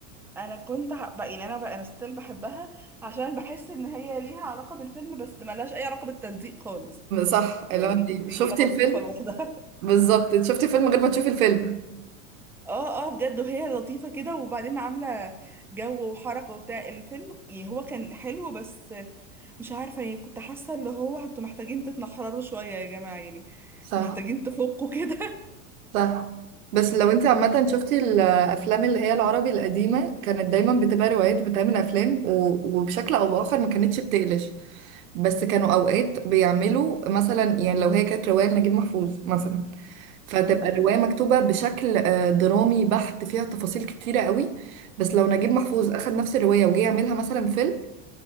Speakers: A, in the centre; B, on the right (about 85°).
A: انا كنت ح- بقى يعني انا بقى انا ستيل بحبها عشان بحس ان هي ليها علاقه بالفيلم بس ملهاش اي علاقه بالتلزيق خالص
B: صح
A: يعني
B: لو انت
A: هي
B: شفتي
A: لطيفه
B: الفيلم
A: لوحدها
B: بالظبط انت شفتي الفيلم غير ما تشوفي الفيلم
A: اه اه بجد وهي لطيفة كده وبعدين عاملة جو وحركة وبتاع الفيلم يعني هو كان حلو بس مش عارفة يعني كنت حاسة اللي هو انتوا محتاجين تتنحرروا شوية يا جماعة يعني
B: صح
A: محتاجين تفكوا كده
B: صح بس لو انت عامة شفتي الأفلام اللي هي العربي القديمة كانت دايما بتبقى روايات وبتعمل أفلام و- وبشكل أو بآخر ما كانتش بتقلش بس كانوا أوقات بيعملوا مثلا يعني لو هي كانت رواية لنجيب محفوظ مثلا فتبقى
A: <laughs> مثلا
B: الرواية مكتوبة بشكل آه، درامي بحت فيها تفاصيل كتيرة قوي بس لو نجيب محفوظ أخد نفس الرواية وجه يعملها مثلا فيلم